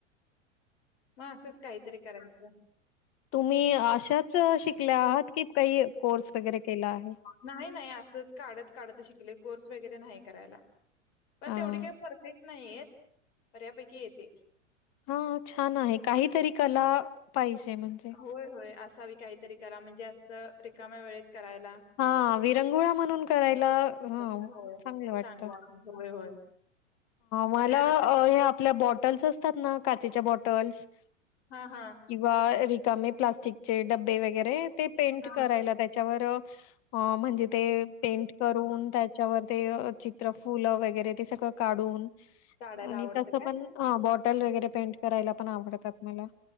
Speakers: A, on the left (about 60°); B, on the left (about 40°).
A: मग असंच काहीतरी करायचं
B: तुम्ही अशाच शिकल्या आहात? कि काही कोर्स वगैरे केला आहे?
A: नाही, नाही असंच काढत काढत शिकले कोर्स वगैरे नाही करायला. पण
B: हां.
A: तेवढी काही परफेक्ट नाहीे येत. बऱ्यापैकी येते.
B: हा छान आहे काहीतरी कला पाहिजे म्हणजे
A: होय, होय. असावी काहीतरी करा म्हणजे असं रिकाम्या वेळेत करायला
B: हा विरंगुळा म्हणून करायला
A: करायला
B: हं
A: होय.
B: चांगलं वाटतं.
A: चांगला होय, होय.
B: मला
A: मग त्यानंतर
B: हे आपल्या बॉटल्स असतात ना, काचेच्या बॉटल्स
A: हा हा
B: किंवा रिकामे प्लास्टिकचे डब्बे वगैरे ते पेंट
A: हां.
B: करायला त्याच्यावर म्हणजे ते पेंट करून त्याच्यावर ते चित्र फुलं वगैरे ते सगळं काढून
A: काढायला
B: आणि
A: आवडतं
B: तस
A: काय?
B: पण बॉटल वगैरे पेंट करायला पण आवडतात मला.